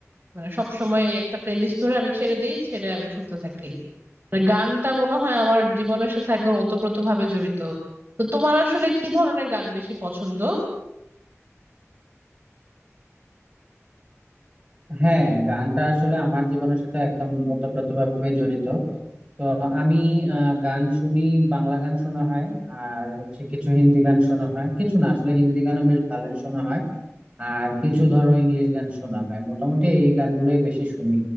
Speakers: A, on the right; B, on the right.
A: মানে সব সময় একটা প্লেলিস্ট ধরে আমি ছেড়ে দেই ছেড়ে আমি শুনতে থাকি মানে গানটা মনে হয় আমার জীবনের সাথে একদম ওতপ্রোত ভাবে জড়িত তো তোমার আসলে কি ধরনের গান বেশি পছন্দ
B: হ্যাঁ গানটা আসলে আমার জীবনের সাথে একদম ওতপ্রোতভাবে জড়িত তো আমি আহ, গান শুনি বাংলা গান শোনা হয় আর হচ্ছে কিছু হিন্দি গান শোনা হয় কিছু না আসলে হিন্দি গানও বেশ ভালোই শোনা হয় আর কিছু ধরো ইংলিশ গান শোনা হয় মোটামুটি এই গানগুলোই বেশি শুনি